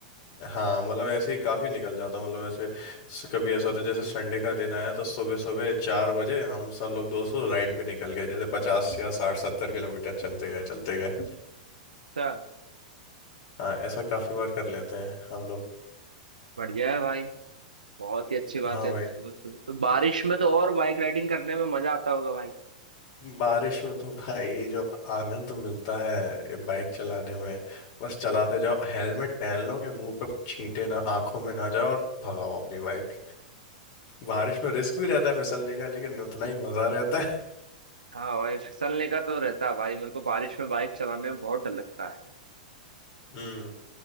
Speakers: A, on the left; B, on the right.
A: हाँ मतलब ऐसे ही काफी निकल जाता हूँ मतलब ऐसे स- कभी ऐसा होता है जैसे संडे का दिन आया तो सुबह सुबह चार बजे हम सब लोग दोस्तों राइड पे निकल गए जैसे पचास या साठ सत्तर किलोमीटर चलते गए चलते गए
B: अच्छा
A: हाँ ऐसा काफी बार कर लेते हैं हम लोग
B: बढ़िया है भाई बहुत ही अच्छी बात
A: हाँ
B: है
A: भाई
B: तो सुबह सुबह तो बारिश में तो और बाइक राइडिंग करने में मजा आता होगा भाई
A: बारिश में तो भाई जो आनंद मिलता है बाइक चलाने में बस चलाते जाओ हेलमेट पहन लो कि मुंह पे छींटे ना आंखों में ना जाए और भगाओ अपनी बाइक बारिश
B: सही है।
A: में रिस्क भी रहता है फिसलने का लेकिन उतना ही मजा रहता है
B: हाँ भाई फिसलने का तो रहता है भाई मेरे को बारिश में बाइक चलाने में बहुत डर लगता है
A: हम्म